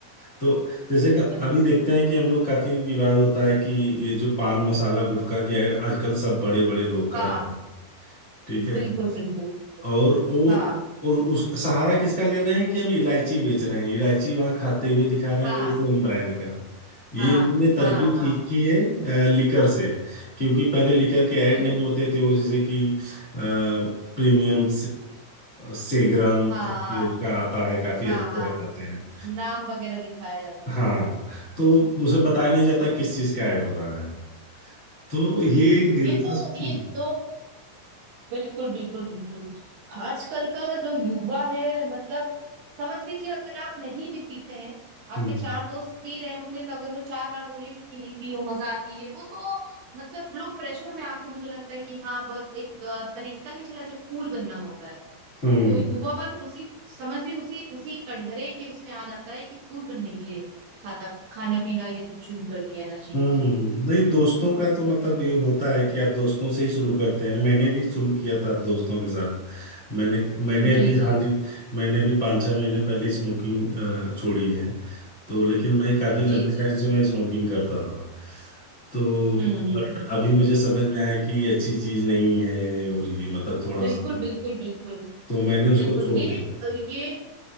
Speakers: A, on the left; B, on the right.
A: तो जैसे कि
B: बिल्कुल
A: अभी देखते हैं कि हम लोग काफी विवाद होता है कि ये जो पान मसाला गुटखा की ऐड आजकल सब बड़े बड़े लोग कर
B: हाँ
A: रहे हैं ठीक है
B: बिल्कुल बिल्कुल बिल्कुल
A: और वो
B: हाँ
A: और उस सहारा किसका ले रहे हैं कि हम इलायची बेच रहे हैं इलायची वहां खाते हुए दिखा रहे
B: हाँ
A: हैं वही सेम ब्रांड का ये
B: हाँ
A: इन्होंने तरकीब
B: हाँ
A: सीखी
B: हाँ
A: है लिकर से क्योंकि पहले लिकर के ऐड
B: हम्म
A: नहीं होते थे वो जैसे कि प्रीमियम सेग्राम
B: हाँ
A: करके
B: हाँ
A: उसका आता है काफी
B: हाँ
A: अच्छे
B: हाँ
A: ऐड आते हैं
B: नाम वगैरह दिखाया जाता
A: हाँ
B: था
A: तो उसे बताया नहीं जाता
B: हम्म
A: किस चीज का ऐड हो रहा है तो ये एक दिलचस्प
B: ये तो
A: चीज
B: ये
A: है
B: दो बिल्कुल बिल्कुल बिल्कुल आजकल का जो युवा है मतलब समझ लीजिए अगर आप नहीं भी पीते हैं आपके
A: हम्म
B: चार दोस्त पी रहे होंगे तो अगर वो चार बार बोलेंगे कि नहीं पियो मजा आती है वो तो मतलब लोग प्रेशर में आके मुझे लगता है कि हाँ बहुत एक अ, तरीका नहीं चला जो कूल बनना होता है
A: हम्म
B: तो युवा वर्ग उसी समझ ली उसी उसी कटघरे के उसमें आ जाता है कि कूल बनने के लिए खाता खाना पीना ये सब शुरू कर दिया है, नशीली
A: हम्म
B: चीजें।
A: नहीं दोस्तों का तो मतलब ये होता है कि आप दोस्तों से ही शुरू करते हैं मैंने भी शुरू किया था दोस्तों के साथ मैंने मैंने अभी
B: जी जी
A: हाल ही मैंने अभी पाँच छः महीने पहले स्मोकिंग छोड़ी है तो लेकिन मैं काफ़ी लंबे
B: जी जी
A: टाइम
B: जी
A: से मैं
B: जी
A: स्मोकिंग करता था तो
B: हम्म हम्म
A: बट
B: हम्म
A: अभी मुझे समझ में आया कि ये अच्छी चीज़ नहीं है और ये मतलब थोड़ा
B: बिल्कुल
A: सा
B: बिल्कुल बिल्कुल
A: तो मैंने उसको
B: बिल्कुल
A: छोड़
B: ये
A: दिया
B: ये